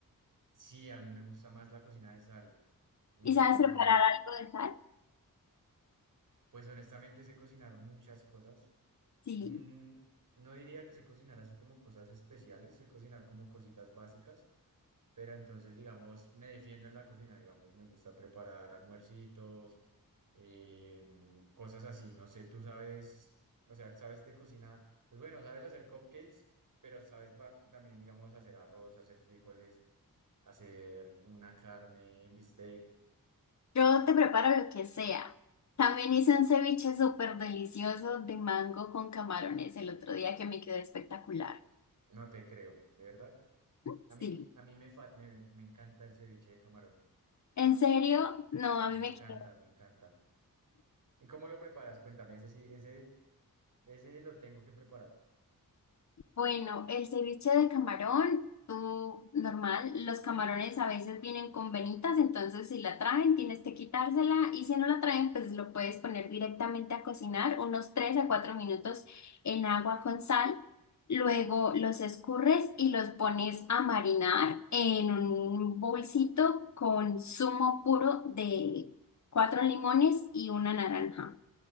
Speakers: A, on the right (about 60°); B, on the left (about 50°).
A: Sí, a mí me gusta más la cocina de sal. Entonces,
B: ¿Y sabes preparar
A: imagínate.
B: algo de sal?
A: Pues honestamente sé cocinar muchas cosas.
B: Sí.
A: Mm, no diría que sé cocinar así como cosas especiales, sé cocinar como cositas básicas, pero entonces, digamos, me defiendo en la cocina, digamos, me gusta preparar almuercitos, em, cosas así. No sé, tú sabes, o sea, sabes de cocina, pues bueno, sabes hacer cupcakes, pero sabes ba- también, digamos, hacer arroz, hacer frijoles, hacer una carne en bistec.
B: Yo te preparo lo que sea. También hice un ceviche súper delicioso de mango con camarones el otro día que me quedó espectacular.
A: No te creo, de verdad. A
B: Sí.
A: mí, a mí me, fa- me, me encanta el ceviche de camarón.
B: En serio, no,
A: Eh,
B: a mí
A: me
B: me
A: encanta,
B: quedó.
A: me encanta. ¿Y cómo lo preparas? Cuéntame, ese sí, ese, ese lo tengo que preparar.
B: Bueno, el ceviche de camarón, tú normal, los camarones a veces vienen con venitas, entonces si la traen tienes que quitársela y si no la traen pues lo puedes poner directamente a cocinar unos 3 a 4 minutos en agua con sal. Luego los escurres y los pones a marinar en un bolsito con zumo puro de cuatro limones y una naranja.